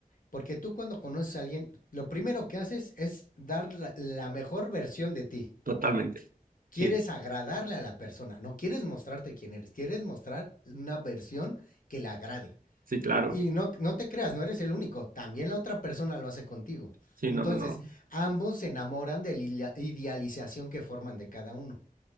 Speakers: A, on the left; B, on the right.
A: Porque tú cuando conoces a alguien, lo primero que haces es dar la, la mejor versión de ti.
B: totalmente.
A: Quieres
B: Sí,
A: agradarle a la persona, no quieres mostrarte quién eres, quieres mostrar una versión que le agrade.
B: sí, claro.
A: Y no, no te creas, no eres el único, también la otra persona lo hace contigo.
B: Sí,
A: Entonces,
B: no, no, no.
A: ambos se enamoran de la idea- idealización que forman de cada uno,